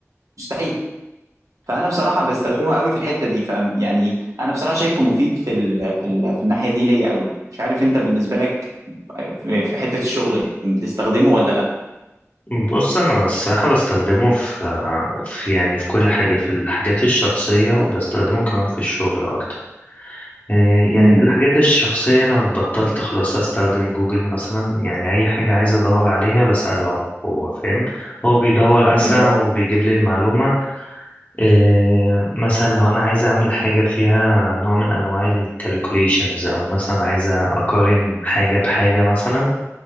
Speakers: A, on the right (about 80°); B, on the left (about 35°).
A: مستحيل فانا بصراحة بستخدمه قوي في الحتة دي فم يعني انا بصراحة شايفه مفيد في ال في, ال في الناحية دي ليا قوي مش عارف انت بالنسبة لك آه، في في حتة الشغل بتستخدمه ولا لا
B: بص انا الصراحة بستخدمه في في يعني في كل حاجة في الحاجات الشخصية وبستخدمه كمان في الشغل اكتر إيه،
A: مم.
B: يعني في الحاجات الشخصية أنا بطلت خلاص أستخدم جوجل مثلا يعني أي حاجة عايز أدور عليها بسأله هو فاهم هو بيدور أسرع
A: بالظبط
B: وبيجيب لي المعلومة إيه، مثلا لو أنا عايز أعمل حاجة فيها نوع من أنواع ال calculations أو مثلا عايز أقارن حاجة بحاجة مثلا